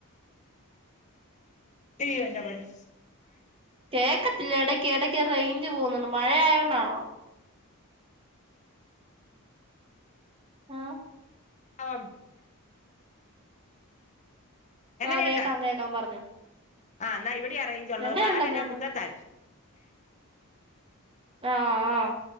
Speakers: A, on the left (about 35°); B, on the right (about 25°).
A: യ്യോഎന്റെ പൊന്ന്
B: കേക്കത്തില്ല എടയ്ക്ക് എടയ്ക്ക് റെയ്ഞ്ച് പോവ്ന്ന്ണ്ട് മഴയായോണ്ടാണോ ആ
A: ആം എങ്ങനെയുണ്ട്
B: ആഹ് കേക്കാം കേക്കാം പറഞ്ഞോ
A: ആ ന്നാ വിടെയാ റേഞ്ചുള്ളത്
B: എങ്ങനെയുണ്ടെന്നേനു
A: പകലെല്ലാം മുറ്റത്താ
B: ആ ആ